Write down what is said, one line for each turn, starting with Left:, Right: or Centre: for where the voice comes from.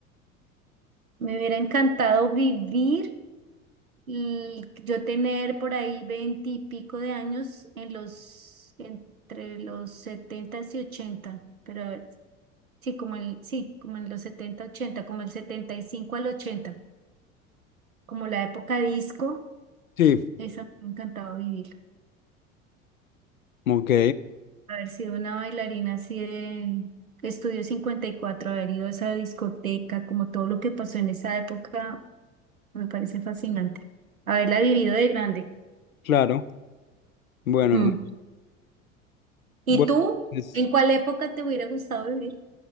Right: Me hubiera encantado vivir y yo tener por ahí veinte y pico de años en los, entre los setenta y ochenta, pero a ver, sí, como el, sí, como en los setenta, ochenta, como el setenta y cinco al ochenta, como la época disco,
Left: Sí,
Right: esa me ha encantado vivir.
Left: ok,
Right: Haber sido una bailarina así de Estudio cincuenta y cuatro haber ido a esa discoteca, como todo lo que pasó en esa época, me parece fascinante. Haberla vivido de grande.
Left: claro. Bueno,
Right: Mm.
Left: hermano.
Right: ¿Y
Left: Bueno,
Right: tú?
Left: es-
Right: ¿En cuál época te hubiera gustado vivir?